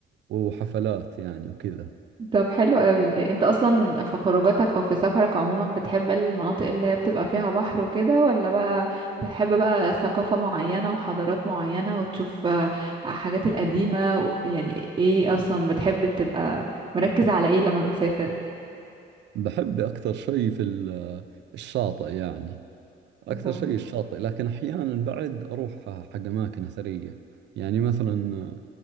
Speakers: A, on the right; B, on the right.
A: وحفلات يعني وكذا
B: طب حلو قوي انت اصلا في خروجاتك او في سفرك عموما بتحب المناطق اللي هي بتبقى فيها بحر وكده ولا بقى بتحب بقى ثقافة معينة وحضارات معينة وتشوف آه، حاجات القديمة و- يعني ايه اصلا بتحب تبقى مركز على ايه لما بتسافر
A: بحب اكثر شيء في ال- الشاطئ يعني أكثر
B: طب
A: شيء الشاطئ لكن أحيانا بعد أروح حق أماكن أثرية يعني مثلا